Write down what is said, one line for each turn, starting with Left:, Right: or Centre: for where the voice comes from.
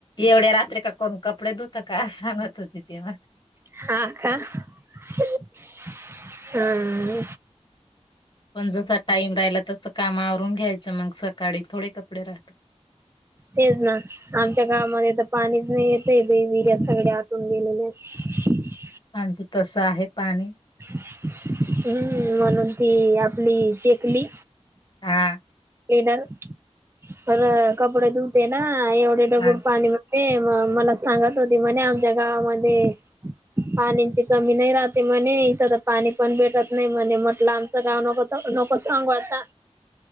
Left: एवढ्या रात्री का कोण कपडे धुत का? अस सांगत होती ती म
Right: हा का हम्म
Left: पण जसा टाईम राहिला तसं काम आवरून घ्यायचं. मग सकाळी थोडे कपडे राह
Right: तेच ना आमच्या गावामध्ये तर पाणीच नाही येतय, बयी विर्या सगळ्या आटून गेलेल्या <inaudible>
Left: आमचं तस आहे पाणी.
Right: हम्म म्हणून ती आपली चेकली
Left: हा
Right: ह कपडे धुते ना एवढे डगुळ
Left: हा
Right: पाणी मध्ये. मला सांगत होती म्हणे आमच्या गावामध्ये पाणींची कमी नाही राहते म्हणे, इथं तर पाणी पण भेटत नाही म्हणे. म्हटलं आमचं गाव नको नको सांगू आता.